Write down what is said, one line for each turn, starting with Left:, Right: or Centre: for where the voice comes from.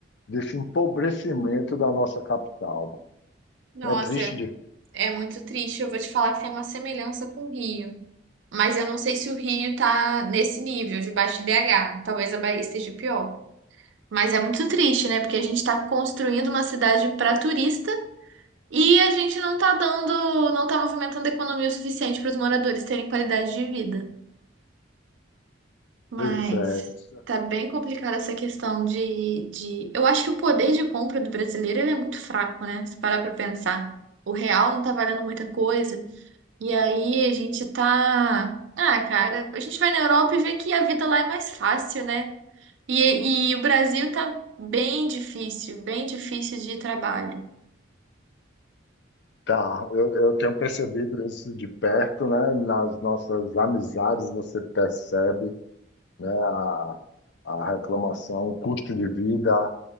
Left: desse empobrecimento da nossa capital.
Right: Nossa,
Left: É triste de ver.
Right: é muito triste. Eu vou te falar que tem uma semelhança com o Rio. Mas eu não sei se o Rio tá nesse nível de baixo IDH. Talvez a Bahia esteja pior. Mas é muito triste, né? Porque a gente está construindo uma cidade para turista e a gente não tá dando, não tá movimentando a economia o suficiente para os moradores terem qualidade de vida. Mas
Left: Pois é. isso-
Right: tá bem complicada essa questão de, de... Eu acho que o poder de compra do brasileiro ele é muito fraco, né? Se parar para pensar. O real não tá valendo muita coisa. E aí a gente tá. Ah, cara, a gente vai na Europa e vê que a vida lá é mais fácil, né? E, e o Brasil tá bem difícil, bem difícil de trabalho.
Left: Tá, eu, eu tenho percebido isso de perto, né? Nas nossas amizades você percebe né? A, a reclamação, custo de vida